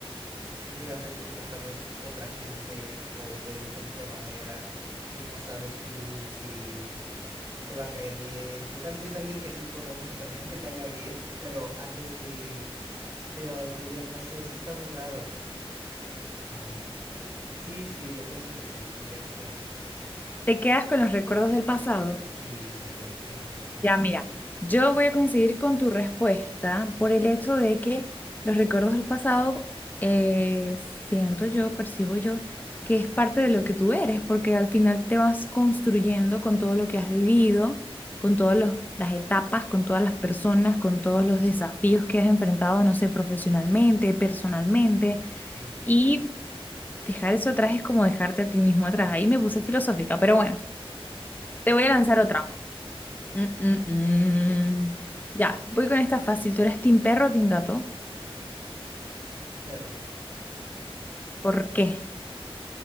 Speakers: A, on the right; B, on the left.
A: sentir afecto por tal vez otra gente o de diferente manera y no sabes tú si te va a caer bien. ¿Qué tal si es alguien que sí conoces pero no te caiga bien, pero antes sí te llevas muy bien? No sé, es que está muy raro. A ver. Sí, sí, yo pienso que sí, tendría que ser antes.
B: ¿Te quedas con los recuerdos del pasado?
A: Sí, siempre, cien por ciento.
B: Ya, mira, yo voy a coincidir con tu respuesta por el hecho de que los recuerdos del pasado, eh, siento yo, percibo yo, que es parte de lo que tú eres, porque al final te vas construyendo con todo lo que has vivido, con todas los- las etapas, con todas las personas, con todos los desafíos que has enfrentado, no sé, profesionalmente, personalmente,
A: Sí.
B: y dejar eso atrás es como dejarte a ti mismo atrás. Ahí me puse filosófica, pero bueno, te voy
A: Y-
B: a lanzar otra. Mm, mm, mm. Ya, voy con esta fácil. ¿Tú eres team perro o team gato?
A: Perro.
B: ¿Por qué?